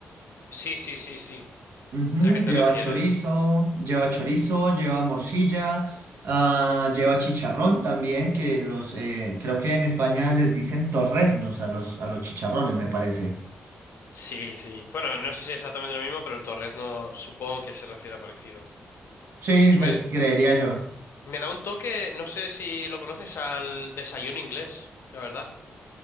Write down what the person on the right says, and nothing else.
Ujú,
lleva
chorizo, lleva chorizo, lleva morcilla, ah, lleva chicharrón también, que los, eh, creo que en España les dicen torreznos a los, a los chicharrones, me parece.
Sí,
pues creería yo.